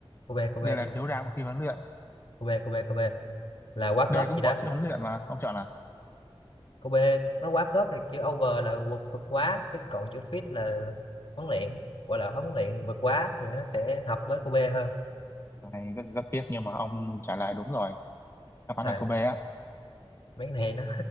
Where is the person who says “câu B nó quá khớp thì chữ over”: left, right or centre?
Left